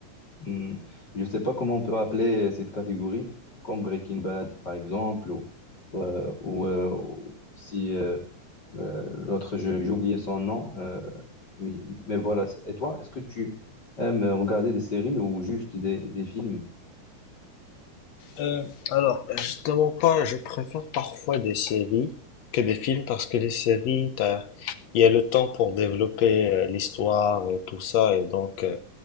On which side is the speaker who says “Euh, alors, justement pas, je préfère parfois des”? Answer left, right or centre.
Left